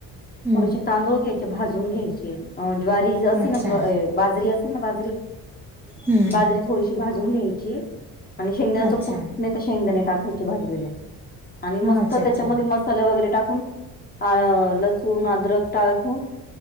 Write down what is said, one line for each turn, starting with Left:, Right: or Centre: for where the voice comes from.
Centre: हम्म
Left: थोडेसे तांदूळ घ्यायचे भाजून घ्यायचे. अ ज्वारी असेल
Centre: अच्छा
Left: ना ज् ए बाजरी असेल ना बाजरी
Centre: हम्म
Left: बाजरी थोडीशी भाजून घ्यायची, आणि शेंगण्याच
Centre: हम्म अच्छा
Left: कुट नाही त शेंगदाणे टाकायचे भाजायचे आणि
Centre: हा
Left: मस्त
Centre: अच्छा अच्छा
Left: त्याच्या मस साला वगैरे टाकून अ लसूण अद्रक टाकून